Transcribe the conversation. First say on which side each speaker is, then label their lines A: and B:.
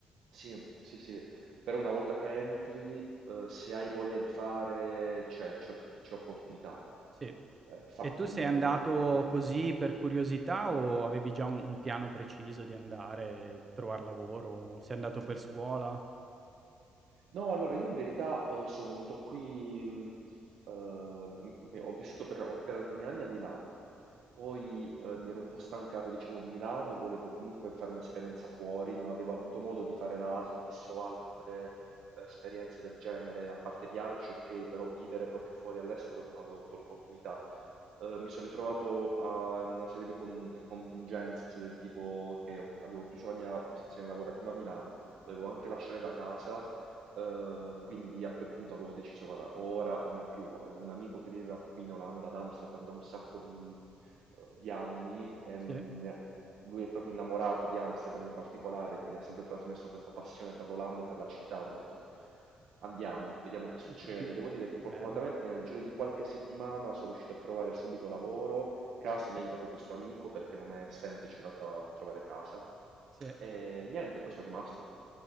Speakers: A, on the right; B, on the right.
A: Sì, sì, sì, però una volta che entri, eh, se hai voglia di fare, c'è c'è- c'è opportunità.
B: Sì.
A: Eh, infatti
B: E tu sei andato
A: la maggior parte...
B: così per curiosità o avevi già un, un piano preciso di andare, trovare lavoro? Sei andato per scuola?
A: No, allora io in verità eh, sono venuto qui, mh, eh, m- m- ho vissuto per, per alcuni anni a Milano, poi eh, mi ero un po' stancato, diciamo, di Milano, volevo comunque fare un'esperienza fuori, non avevo avuto modo di fare Erasmus o altre eh, esperienze del genere, a parte viaggi, ok, però vivere proprio fuori all'estero non avevo avuto l'opportunità. Eh, mi sono ritrovato a una serie di con- contingenze del tipo che ho- avevo chiuso la mia posizione lavorativa a Milano, dovevo anche lasciare la casa Ehm, quindi a quel punto avevo deciso, guarda, ora o mai più. Avevo un amico che viveva qui in Olanda, ad Amsterdam, da un sacco di, eh, di anni. e,
B: Sì.
A: mm, ne- lui è proprio innamorato di Amsterdam in particolare, quindi ha sempre trasmesso questa passione per l'Olanda e per la città. Ho detto, andiamo, vediamo che succede.
B: <laughs> Mh-mh-mh.
A: Devo dire che
B: Bello,
A: fortunatamente nel giro di qualche settimana sono riuscito a trovare subito lavoro. Casa mi ha aiutato questo amico perché non è semplice in realtà trovare casa.
B: sì.
A: E niente, poi sono rimasto.